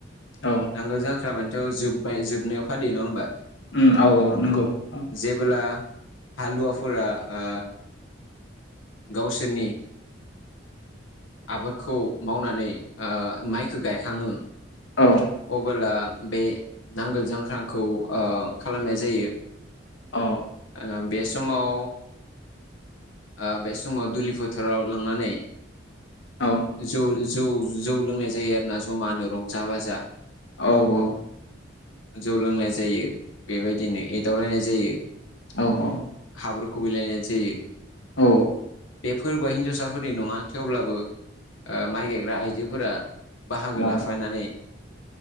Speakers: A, on the left; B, on the left.
A: औ
B: नांगोल जांख्रा माने थो जोब्बाय जोबनायाव फालि नङा होनबा
A: उम औ औ नंगौ
B: ओ
A: औ
B: जेबोब्ला हालुवफुरा आ गावसोरनि आबादखौ मावनानै आ माइखौ गायखाङो।
A: औ औ
B: अबोला बे नांगोल जांख्रांखौ ओ खालामनाय जायो।
A: औ
B: ओ बे समाव ओ बे समाव दुलि फोथाराव लांनानै
A: औ
B: जौ जौ जौ लोंनाय जायो आरोना जमानो रंजा बाजा
A: औ औ
B: जौ लोंनाय जायो बेबायदिनो एदावलायनाय जायो ।
A: औ औ
B: हाब्रु खुबैलायनाय जायो ।
A: औ
B: बे फोरबोआ हिन्जावसाफोरनि नङा थेवब्लाबो माइ गायग्रा आइजोफोरा बाहागो
A: औ
B: लाफानानै